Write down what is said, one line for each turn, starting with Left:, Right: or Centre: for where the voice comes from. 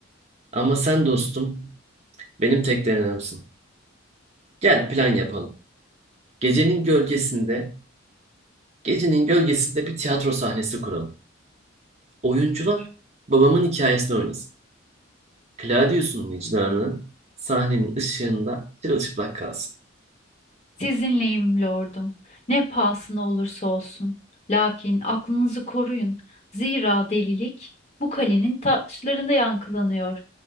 Right: Ama sen dostum benim tek denememsin. Gel plan yapalım. Gecenin gölgesinde, gecenin gölgesinde bir tiyatro sahnesi kuralım. Oyuncular babamın hikayesini oynasın. Claudius'un vicdanı sahnenin ışığında çırılçıplak kalsın.
Left: Sizinleyim lordum. Ne pahasına olursa olsun. Lakin aklınızı koruyun. Zira delilik bu kalenin taşlarında yankılanıyor.